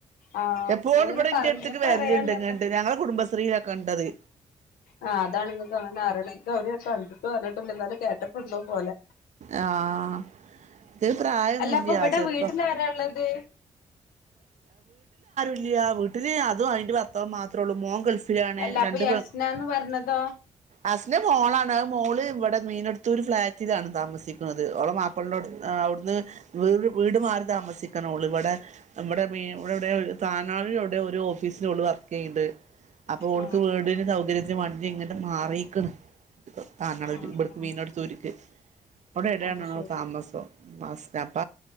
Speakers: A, on the left; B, on the right.
A: ആഹ്
B: എപ്പോഴും
A: നിങ്ങളിങ്ങനെ
B: ഇവ്ടെ ഇന്റെ
A: പറഞ്ഞപ്പോ
B: അടുത്തേക്ക് വരല്ണ്ട്ങ്ങണ്ട്
A: അറിയാന്നല്ല
B: ഞങ്ങള കുടുംബശ്രീയിലൊക്കെ ഉണ്ടത്
A: ആ അതാണ് ഇങ്ങക്ക് അവനെ ആറീണെ ഇക്ക ഒരീസം അവര്ത്ത് പറഞ്ഞിട്ട്ണ്ട് എന്നാലും കേട്ടപ്പൊ എന്തോ പോലെ
B: ആഹ് ഇത് പ്രായൊന്നുല്ല
A: അല്ല അപ്പൊ ഇവ്ടെ
B: ചെറുപ്പ
A: വീട്ടിൽ ആരാള്ളത്
B: ഇല്ല്യാ വീട്ടില് അതും അയിൻ്റെ ഭർത്താവും മാത്രേള്ളൂ മോൻ ഗൾഫ് ലാണ്
A: അല്ല
B: രണ്ട്
A: അപ്പൊ യസ്നാന്ന്
B: പെ
A: പറഞ്ഞതോ
B: അസ്സ്ന്റെ മോളാണ് മോള് ഇവടെ മീനടുത്തൊരു ഫ്ലാറ്റിലാണ് താമസിക്കുന്നത് ഓളെ മാപ്പിളോട് അ അവിടുന്ന് വെറ് വീട് മാറി താമസിക്കണോള് ഇവടെ നമ്മടെ വീ ഇവിടെവിടെയോ താനാവിഎവ്ടെയോ ഒരു ഓഫീസിലോള് വർക്ക് ചെയ്യ്ണ്ട് അപ്പൊ ഓടുക്ക്
A: ആഹ്
B: വീടിനും സൗകര്യത്തിനും വേണ്ടിട്ട് ഇങ്ങ്ട് മാറീക്ക്ണ് ത് താൻനാടൊര്
A: ആഹ്
B: ഇവ്ട്ക്ക്
A: ആഹ്
B: വീട്നട്തൊരു ക്ക് അവ്ടെഏടണ്ടോണുണ്
A: അത് ശരി
B: താമസൊ പാസ്റ്റപ്പ